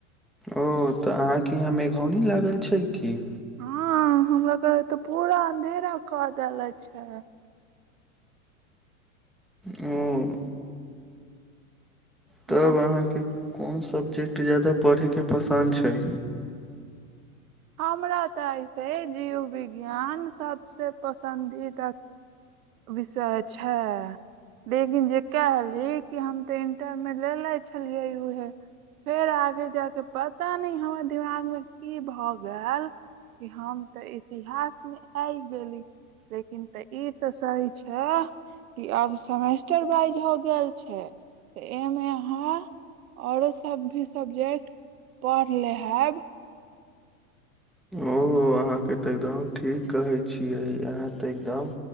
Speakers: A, in the centre; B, on the right.
A: ओ तऽ अहाँकेँ यहाँ मेघौनी लागल छै की
B: हँ हमरा कर तऽ पूरा अधेरा कऽ देले छै।
A: ओ। तब
B: हँ
A: अहाँकेँ कोन सब्जेक्ट जादा पढ़ैके पसन्द छै
B: हमरा तऽ ऐसे जीवविज्ञान सभसँ पसन्दीदा। विषय छै। लेकिन जे कहली कि हम ते इंटर मे लेने छलियै उहे। फेर आगे जा के पता नहि हमर दिमाग मे की भए गेल कि हम तऽ इतिहास मे आइ गेली लेकिन त ई त सही छै कि आब सेमेस्टर वाइज हो गेल छै तऽ एहिमे अहाँ औरो सभ भी सब्जेक्ट पढ़ ले हब।
A: ओ अहाँकेँ तऽ एकदम ठीक कहै छियै अहाँ तऽ एकदम